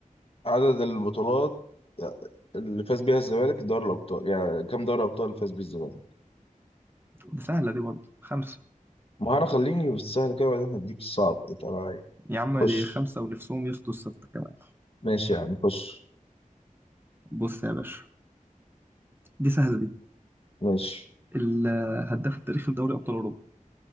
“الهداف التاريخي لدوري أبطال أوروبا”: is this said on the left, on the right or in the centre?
Right